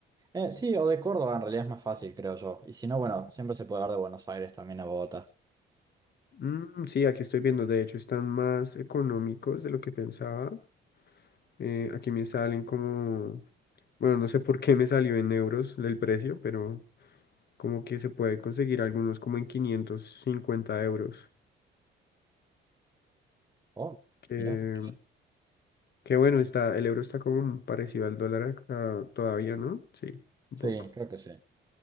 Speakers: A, on the right (about 20°); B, on the left (about 55°).
A: Eh, sí, o de Córdoba en realidad es más fácil, creo yo. Y si no, bueno, siempre se puede dar de Buenos Aires también a Bogotá.
B: Mm, sí, aquí estoy viendo, de hecho están más económicos de lo que pensaba. Eh, aquí me salen como, bueno, no sé por qué me salió en euros el precio, pero como que se puede conseguir algunos como en 550 euros.
A: Oh,
B: Que,
A: mira.
B: que bueno, está, el euro está como parecido al dólar ac- ah, todavía, ¿no? Sí, un poco.
A: Sí, creo que sí.